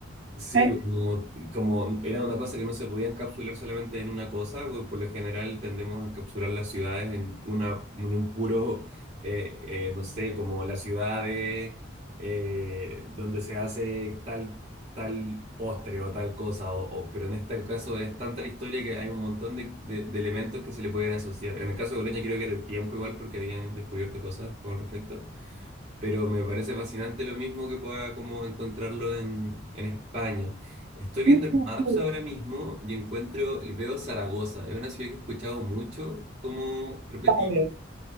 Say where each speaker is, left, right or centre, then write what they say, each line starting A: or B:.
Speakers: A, on the right (about 35°); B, on the right (about 75°).
A: Sí,
B: Eh,
A: como, como era una cosa que no se podía encapsular solamente en una cosa, pues, por lo general tendemos a encapsular las ciudades en, una, en un puro, eh, eh, no sé, como las ciudades eh, donde se hace tal, tal postre o tal cosa, o, o- pero en este caso es tanta la historia que hay un montón de, de- de elementos que se le pueden asociar. En el caso de Bolonia creo que era el tiempo igual porque habían descubierto cosas con respecto pero me parece fascinante lo mismo que pueda como encontrarlo en, en España. Estoy viendo
B: Sí,
A: el
B: sí,
A: Maps
B: sí,
A: ahora mismo y encuentro, veo Zaragoza, es una ciudad que he escuchado mucho como repetir.
B: vale.